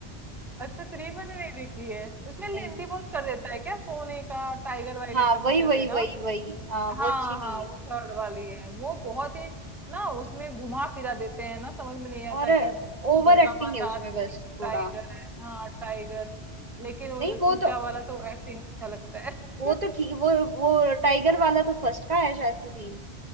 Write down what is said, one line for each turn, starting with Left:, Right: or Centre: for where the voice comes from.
Centre: अच्छा थ्री मैंने नहीं देखी है उसमें लेंथी
Right: नहीं
Centre: बहुत कर देता है क्या सोने का टाइगर वाइगर
Right: हाँ
Centre: का
Right: वही
Centre: कुछ ऐसे
Right: वही
Centre: ना
Right: वही वही हाँ
Centre: हाँ
Right: वो अच्छी
Centre: हाँ
Right: नहीं है
Centre: वो थर्ड वाली है वो बहुत ही ना उसमें घुमा फिरा देते हैं ना समझ में नहीं आता
Right: और
Centre: कि
Right: ओवर
Centre: दुर्गा
Right: एक्टिंग
Centre: माता
Right: है उसमें
Centre: आती
Right: बस
Centre: है तो
Right: थोड़ा
Centre: टाइगर है हाँ टाइगर लेकिन वो
Right: नहीं
Centre: जो
Right: वो
Centre: चूचा
Right: तो
Centre: वाला तो एक्टिंग अच्छा लगता है
Right: वो
Centre: <laughs>
Right: तो ठीक वो वो टाइगर वाला तो फर्स्ट का है शायद से सीन